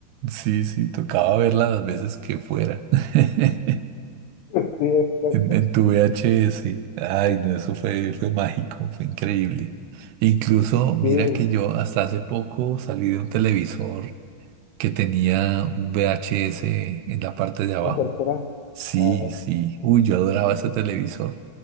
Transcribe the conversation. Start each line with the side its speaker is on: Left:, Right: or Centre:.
Right: sí, sí, tocaba verla las veces que fuera. <laughs>
Left: <laughs> Sí,
Right: En, en tu VHS. Ay, no, eso fue, fue mágico, fue increíble. Incluso, mira
Left: sí,
Right: que yo hasta hace poco salí de un televisor que tenía un VHS en la parte de abajo.
Left: incorporar.
Right: Sí,
Left: Ah,
Right: sí. Uy, yo adoraba ese televisor.